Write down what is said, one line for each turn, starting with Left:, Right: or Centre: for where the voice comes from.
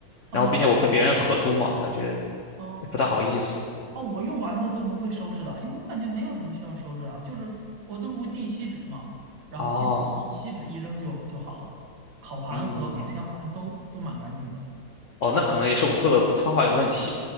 Right: 哦，
Left: 然后并且我跟别人合租嘛，
Right: 但是
Left: 感觉
Right: 哦，
Left: 也不大好意思。
Right: 哦，我用完的都不会收拾的，因为我感觉没有什么需要收拾的，就是我都是会订锡纸嘛，然后锡纸一锡纸一扔就就好了。
Left: 哦，
Right: 烤盘和烤箱好像都都蛮干净的
Left: 嗯，哦，那可能也是我做的方法有问题。